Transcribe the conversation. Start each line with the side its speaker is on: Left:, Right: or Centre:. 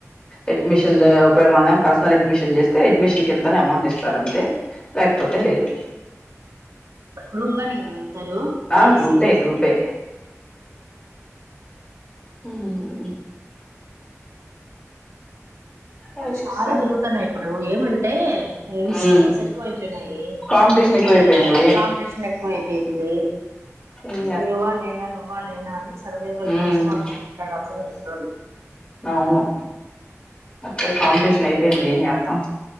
Left: అడ్మిషన్లు ఒక మన పరిస అడ్మిషన్ చేస్తే అడ్మిషన్ కింత అని అమౌంట్ ఇస్తార అంతే లేకపోతే లేదు
Right: గ్రూపుగానే కదా వెళ్తారు లేదు
Left: ఆ గ్రూపే
Right: సింగిల్ సింగిల్
Left: గ్రూపే
Right: గా
Left: మ్మ్ అది
Right: చాలా
Left: సం
Right: జరుగుతున్నాయ్ ఇప్పుడు ఏమంటే ఇన్స్టిట్యూషన్స్
Left: మ్మ్
Right: ఎక్కువ అయిపోయినాయి
Left: కాంపిటీషన్ ఎక్కువైపోయింది
Right: కాంపిటీషన్ ఎక్కువ అయిపోయింది
Left: మ్మ్
Right: నువ్వా నేనా నువ్వా నేనా అని సర్వైవల్
Left: మ్మ్
Right: కోసం అందుకుట్లాడాల్సి వస్తుంది
Left: అవును అత్తే కాంపిటీషన్ అయిపొయింది ఎం చెత్తం